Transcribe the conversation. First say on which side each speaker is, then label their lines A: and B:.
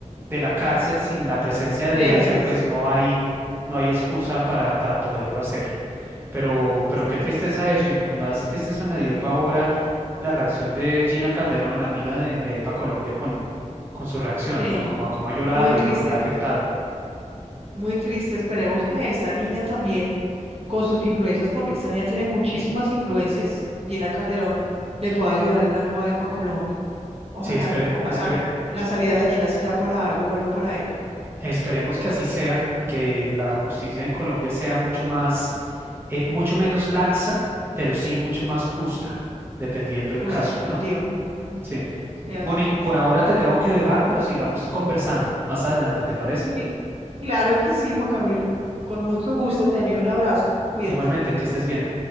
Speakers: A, on the right; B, on the right.
A: de la cárcel sin la presencia de
B: sí, así
A: ella, pues
B: es.
A: no hay, no hay excusa para, para poderlo hacer. Pero, pero
B: Sí,
A: qué tristeza eso. Y lo que más tristeza me dio fue ahora la reacción de Gina Calderón, la amiga de, de EPA Colombia, con, con su reacción,
B: sí,
A: ¿no? Como, como ha llorado
B: muy triste,
A: y cómo le ha afectado.
B: muy triste. Esperemos que esta niña también, con sus influencias, porque esta niña tiene muchísimas influencias, Gina Calderón, le pueda ayudar en algo a EPA Colombia. Ojalá,
A: Sí, espere,
B: ojalá
A: esperemos.
B: la salida de Gina sea para algo bueno para EPA,
A: Esperemos que así sea y que la justicia en Colombia sea mucho más, eh, mucho menos laxa, pero sí mucho más justa, dependiendo del
B: justa,
A: caso,
B: equitativa.
A: ¿no?
B: Mm,
A: Sí.
B: Sí, así
A: Moni,
B: es.
A: por ahora te tengo que dejar, pero sigamos conversando más adelante, ¿te parece?
B: Y claro que sí, Juan Camilo. Con mucho gusto, te envío un abrazo. Cuídate.
A: Igualmente, que estés bien.